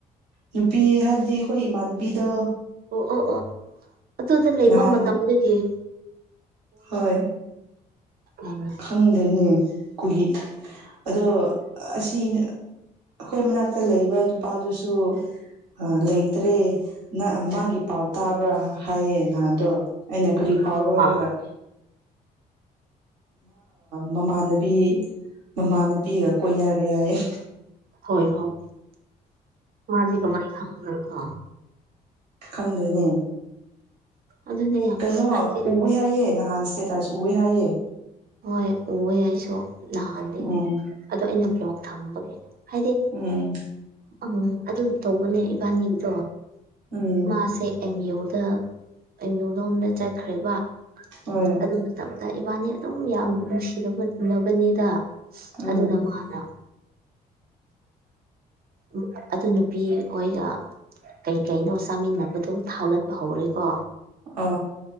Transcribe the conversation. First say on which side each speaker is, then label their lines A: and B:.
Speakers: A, on the right; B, on the right.
A: ꯅꯨꯄꯤ ꯍꯥꯏꯕꯗꯤ ꯑꯩꯈꯣꯏ ꯏꯃꯥꯟꯅꯕꯤꯗ
B: ꯑꯣ ꯑꯣ ꯑꯣ ꯑꯗꯨꯗ ꯂꯩꯕ
A: ꯅꯍꯥꯟ
B: ꯃꯇꯝꯗꯨꯒꯤ
A: ꯍꯣꯏ
B: ꯎꯝ
A: ꯈꯪꯗꯦꯅꯦ ꯀꯈꯒꯤ ꯑꯗꯣ ꯑꯁꯤ ꯑꯩꯈꯣꯏ ꯃꯅꯥꯛꯇ ꯂꯩꯕ ꯅꯨꯄꯥꯗꯨꯁꯨ ꯑ ꯂꯩꯇ꯭ꯔꯦ ꯃꯥꯒꯤ ꯄꯥꯎ ꯇꯥꯕ꯭ꯔꯥ ꯍꯥꯏꯌꯦ ꯅ ꯑꯗꯣ ꯑꯩꯅ ꯀꯔꯤ
B: ꯀꯔꯝꯕ
A: ꯄꯥꯎꯔꯣ
B: ꯄꯥꯎ
A: ꯍꯥꯏꯔꯒ ꯃꯃꯥꯟꯅꯕꯤ ꯃꯃꯥꯟꯅꯕꯤꯒ ꯀꯣꯏꯅꯔꯦ ꯍꯥꯏꯌꯦ
B: ꯍꯣꯏ ꯍꯣꯏ ꯃꯥꯗꯤ ꯀꯃꯥꯏ ꯈꯪꯕ꯭ꯔꯀꯣ
A: ꯈꯪꯗꯣꯏꯅꯦ
B: ꯑꯗꯨꯅꯦ
A: ꯀꯩꯅꯣ
B: ꯍꯥꯏꯗꯤ
A: ꯎꯋꯦ ꯍꯥꯏꯑꯦ ꯅꯍꯥꯟ ꯁꯦꯇꯥꯔꯁꯨ ꯎꯋꯦ ꯍꯥꯏꯌꯦꯦ
B: ꯍꯣꯏ ꯎꯑꯦ ꯑꯩꯁꯨ ꯅꯍꯥꯟꯜꯂꯤꯦ
A: ꯎꯝ
B: ꯑꯗꯣ ꯑꯩꯅ ꯕ꯭ꯂꯣꯛ ꯊꯝꯕꯒꯤ ꯍꯥꯏꯗꯤ
A: ꯎꯝ
B: ꯎꯝ ꯑꯗꯨ ꯇꯧꯕꯅꯦ ꯏꯕꯥꯅꯤꯒꯤꯗꯣ
A: ꯎꯝ
B: ꯃꯥꯁꯦ ꯑꯦꯝ ꯌꯨꯗ ꯑꯦꯝ ꯌꯨ ꯂꯣꯝꯗ ꯆꯠꯈ꯭ꯔꯦꯕ
A: ꯍꯣꯏ
B: ꯑꯗꯨ ꯃꯇꯝ ꯑ ꯏꯕꯥꯅꯤ ꯑꯗꯨꯝ ꯌꯥꯝ ꯅꯨꯡꯁꯤꯅꯕ ꯎꯅꯕꯅꯤꯗ
A: ꯎꯝ
B: ꯑꯗꯨꯗ ꯃꯥꯅ ꯎꯝ ꯑꯗꯨ ꯅꯨꯄꯤ ꯍꯣꯏꯒ ꯀꯩ ꯀꯩꯅꯣ ꯆꯥꯃꯤꯟꯅꯕꯗꯣ ꯊꯥꯒꯠꯄ ꯍꯧꯔꯦꯀꯣ
A: ꯑ